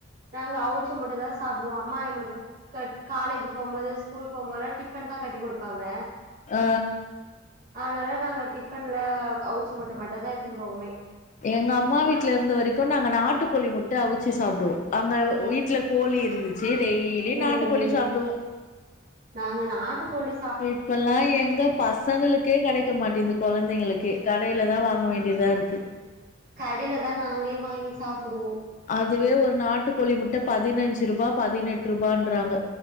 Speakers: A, on the right; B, on the left.
A: நாங்க அவுச்ச முட்ட தா சாப்டுவோ அம்மா எங்களுக்கு க காலேஜ் போகும்போது ஸ்கூல் போகும்போதுல்லா டிஃபன் தா கட்டி குடுப்பாங்க
B: ஆ
A: அதனால நாங்க டிஃபன்ல அவுச்ச முட்ட மட்டு தா எத்துன்னு போவோமே
B: எங்க அம்மா வீட்ல இருந்த வரைக்கோ நாங்க நாட்டுக்கோழி முட்ட அவுச்சி சாப்டுவோ அங்க
A: ஓ
B: வீட்ல கோழி இருந்துச்சு டெய்லி
A: ம்
B: நாட்டுக்கோழி
A: ம்
B: சாப்டுவோ
A: நாங்க நாட்டு கோழி
B: இப்பல்லா எங்க பசங்களுக்கே கெடைக்க மாட்டேங்குது கொழந்தைங்களுக்கே கடையில தா வாங்க வேண்டியதா இருக்கு
A: கடையில தா நாங்ளே வாங்கி சாப்டுவோ
B: அதுவே ஒரு நாட்டுக்கோழி முட்ட பதினஞ்சி ரூபா பதினெட்டு ரூபான்றாங்க